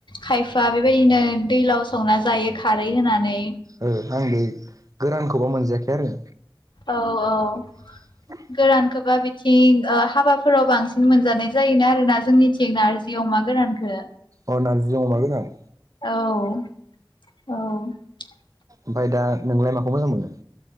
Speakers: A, on the left (about 75°); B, on the right (about 45°).
A: खायफा बेबायदिनो दैलाव संना जायो खारै होनानै
B: ओ आं बे गोरानखौबा मोनजायाखै आरो
A: औ औ
B: <inaudible>
A: गोरानखोबा बिथिं ओ हाबाफोराव बांसिन मोनजानाय जायोना आरोना जोंनिथिं नार जि अमा गोरानखो
B: अ नारजिजों अमा गोरान
A: औ औ
B: ओमफाय दा नोंलाय माखौ मोजां मोनो